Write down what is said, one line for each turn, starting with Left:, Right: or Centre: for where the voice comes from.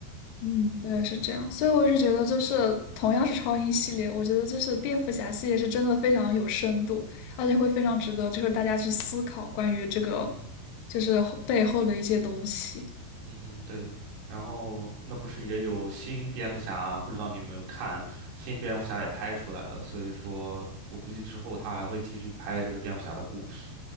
Left: 嗯，对，是这样。所以我是觉得，就是同样是超英系列，我觉得就是蝙蝠侠系列是真的非常有深度，而且会非常值得就是大家去思考关于这个
Right: 嗯哼，
Left: 就是后背后的一些东西。
Right: 嗯哼，对，然后那不是也有新蝙蝠侠？不知道你有没有看，新蝙蝠侠也拍出来了，所以说我估计之后他还会继续拍这个蝙蝠侠的故事，